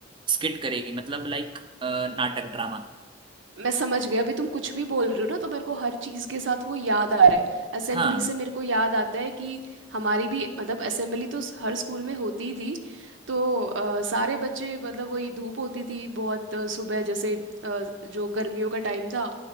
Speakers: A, on the right; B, on the right.
A: स्किट करेगी मतलब लाइक नाटक ड्रामा
B: मैं समझ गई अभी तुम कुछ भी बोल रहे हो ना तो मेरे को हर चीज़ के साथ वो याद आ रहा है असेंबली
A: हाँ
B: से मेरे को याद आता है कि हमारी भी मतलब असेंबली तो हर स्कूल में होती ही थी तो अ, सारे बच्चे मतलब वही धूप होती थी बहुत अ, सुबह जैसे अ, जो गर्मियों का टाइम था